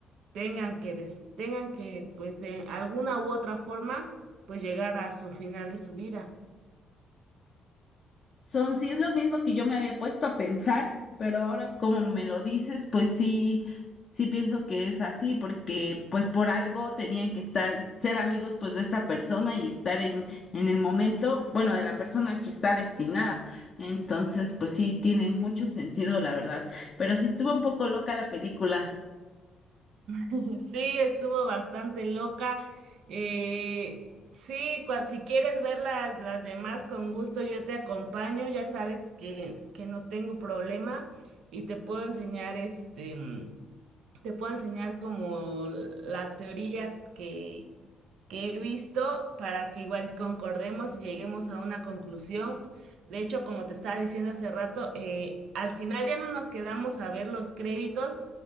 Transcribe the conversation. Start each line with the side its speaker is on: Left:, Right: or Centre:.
Right: tengan que, des- tengan que, pues de alguna u otra forma, pues llegar a su final de su vida.
Left: Son, sí, es lo mismo que yo me había puesto a pensar, pero ahora como me lo dices, pues sí, sí pienso que es así, porque pues por algo tenían que estar, ser amigos pues de esta persona y estar en, en el momento, bueno, de la persona que está destinada. Entonces, pues sí, tiene mucho sentido, la verdad. Pero sí estuvo un poco loca la película.
Right: <laughs> Sí, estuvo bastante loca. Eh, sí, cua- si quieres ver las, las demás, con gusto yo te acompaño. Ya sabes que, que no tengo problema y te puedo enseñar este, mm, te puedo enseñar como las teorías que, que he visto para que igual concordemos y lleguemos a una conclusión. De hecho, como te estaba diciendo hace rato, eh, al final ya no nos quedamos a ver los créditos